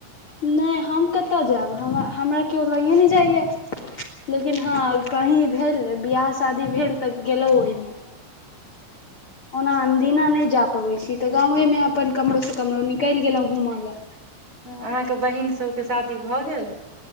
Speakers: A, on the left (about 85°); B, on the right (about 35°).
A: नैय हम कतऽ जैऽब? हम-हमरा कियो लयै नैय जाइयैऽ। लेकिन हँ कहीं भेल, विवाह शादी भेल तऽ गेलौं ओई में। ओना अनदिना नैय जा पबै छी, तऽ गांवे मे अपन कमरो से कमरो निकैल गेलौं घूमऽ लैऽ।
B: ह्म्म अहाँके बहिन सबके शादी भऽ गेल?